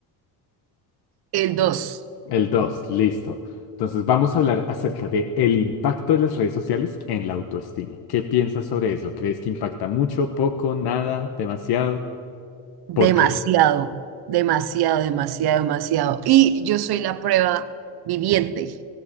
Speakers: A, on the right; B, on the left.
A: El dos.
B: El 2, listo. Entonces vamos a hablar acerca de el impacto de las redes sociales en la autoestima. ¿Qué piensas sobre eso? ¿Crees que impacta mucho, poco, nada, demasiado?
A: demasiado,
B: ¿Por qué?
A: demasiado, demasiado, demasiado. Y yo soy la prueba viviente